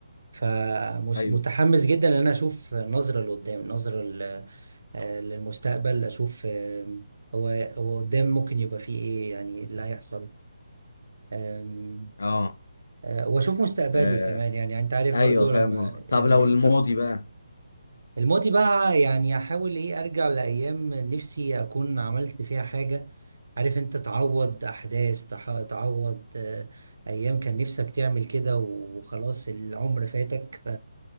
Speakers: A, on the right; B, on the left.
A: فمتحمس
B: ايوه
A: جدا ان انا اشوف نظره لقدام نظره ل- آه، للمستقبل اشوف آه، هو هو قدام ممكن يبقى فيه ايه يعني إيه اللي هيحصل آم،
B: اه
A: آه، واشوف مستقبلي
B: آه
A: كمان يعني انت عارف
B: ايوه
A: برضو
B: فاهم
A: لما
B: قصدك
A: يعني
B: طب لو الماضي
A: ك-
B: بقى
A: الماضي بقى يعني احاول ايه ارجع لايام نفسي اكون عملت فيها حاجه عارف انت تعوض احداث تح- تعوض آه، ايام كان نفسك تعمل كده وخلاص العمر فاتك ف-